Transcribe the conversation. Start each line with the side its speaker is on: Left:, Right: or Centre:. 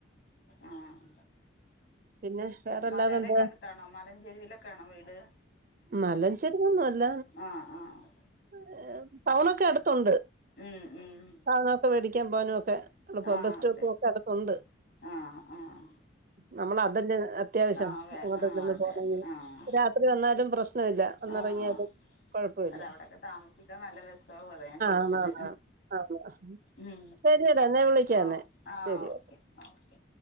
Left: ആഹ്
Right: പിന്നെ വേറെല്ലാതെ
Left: മലേടക്കടുത്താണോ
Right: എന്താ
Left: മലഞ്ചെരുവിലൊക്കാണോ വീട്
Right: മലഞ്ചെരുവൊന്നും
Left: ഉം
Right: അല്ല
Left: ആഹ് ആഹ്
Right: ഒര് പ <unintelligible> നൊക്കെ അടുത്തുണ്ട്
Left: ഉം ഉം
Right: സാധനൊക്കെ മേടിക്കാൻ പോകാനൊക്കെ എളുപ്പം
Left: ആഹ്
Right: ബസ് സ്റ്റോപ്പൊക്കെ
Left: അതെ
Right: അടുത്തുണ്ട്
Left: ആഹ് ആഹ്
Right: നമ്മളതല്ലേ അ അത്യാവശ്യം
Left: ആഹ് വേ
Right: എങ്ങോട്ടേലൊന്ന്
Left: ആഹ് അതെ
Right: പോണെങ്കില്
Left: അതെ ആഹ്
Right: ഒരാ ര്‌വന്നാലും പ്രശ്നല്ല ഒന്നറങ്ങിയാലും
Left: ആഹ്
Right: കുഴപ്പല്ല
Left: അല്ല അവിടൊക്കെ താമസിക്കാൻ നല്ല രസാവു അതാ ഞാ ചോയിച്ചത്
Right: ആണ് ആണ് ആണ്
Left: മ്
Right: ശരിയെടാ എന്നെ വിളിക്കാം
Left: ഹ്ആ
Right: എന്നെ
Left: ആഹ്
Right: ശരി
Left: ഓക്കെ ഓക്കെ